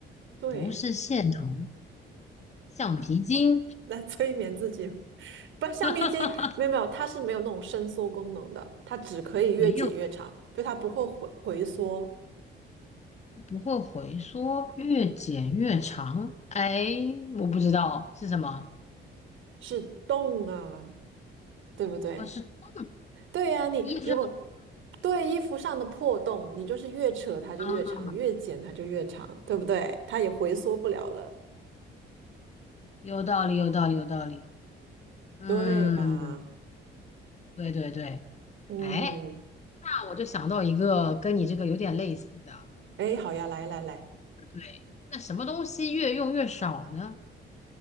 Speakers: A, on the right; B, on the left.
A: 对，
B: 不是线头，橡皮筋，
A: 来催眠自己。<laughs> 不，橡皮筋没有没有，
B: <laughs>
A: 它是没有那种伸缩功能的，它只可以越剪越长，
B: 没有，
A: 对，它不会回回缩，
B: 不会回缩，越剪越长。哎，我不知道是什么，
A: 是动啊，对不对？
B: 哦，是嗯，
A: 对呀、你如果
B: 衣服上
A: 对衣服上的破洞，你就是越扯它就越长，
B: 啊，
A: 越剪它就越长，对不对？它也回缩不了了，
B: 有道理，有道理，有道理。嗯，
A: 对吧？
B: 对对对，
A: 嗯，
B: 哎，那我就想到一个跟你这个有点类似的，
A: 哎，好呀，来来来，
B: 对，那什么东西越用越少呢？